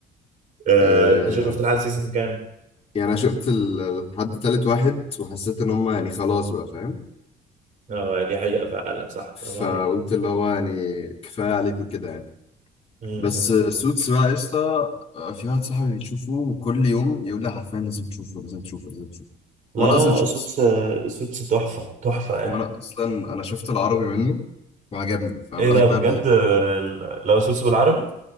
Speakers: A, on the right; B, on the left.
A: آه
B: آه
A: انت شفت لحد سيزون كام
B: يعني انا شفت ال- لحد تالت واحد وحسيت ان هم يعني خلاص بقى فاهم
A: اه دي حقيقة فعلا صح برافو
B: فقلت
A: عليك
B: اللي هو يعني كفايه عليك وكده يعني
A: مم،
B: بس
A: مم،
B: آه،
A: مم.
B: سوتس بقى يا اسطى آه، في واحد صاحبي بيشوفه كل يوم يقول لي حرفيا لازم تشوفه لازم تشوفه لازم تشوفه
A: لا
B: وانا
A: لا
B: اصلا شفت
A: لا سوتس سوتس تحفة تحفة يعني
B: وانا اصلا انا شفت العربي منه وعجبني فما
A: ايه
B: بالك
A: ده
B: بقى
A: بجد ال- لو سوسو بالعربي